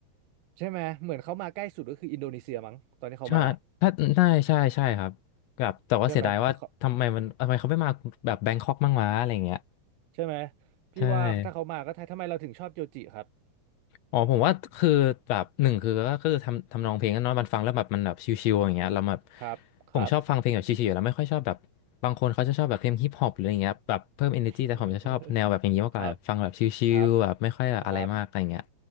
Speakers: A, on the right; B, on the left.
A: ใช่ไหม เหมือนเขามาใกล้สุดก็คืออินโดนีเซียมั้งตอนที่เขามา
B: ใช่ถ้าได้ใช่ใช่ครับแบบแต่ว่าเสียดายว่าทำไมมันทำไมเขาไม่มาแบบแบงคอกมั่งวะอะไรอย่างเงี้ย
A: ใช่ไหมเขาใช่ไหมพี่ว่าถ้าเขามาก็ไทยทำไมเราถึงชอบโจจิครับ
B: ใช่ อ๋อผมว่าคือแบบหนึ่งคือก็คือทำทำนองเพลงกันเนาะมันฟังแล้วแบบมันแบบชิวๆอย่างเงี้ยเราแบบ
A: ครับครับ
B: ผมชอบฟังเพลงแบบชิวๆอยู่แล้วไม่ค่อยชอบแบบบางคนเขาจะชอบแบบเพลงฮิปฮอปหรืออย่างเงี้ยแบบเพิ่ม energy แต่ผมจะชอบแนวแบบอย่างนี้มากกว่าแบบฟังแบบชิวๆแบบไม่ค่อยแบบอะไรมากอะไรเงี้ย
A: <laughs> ครับครับครับ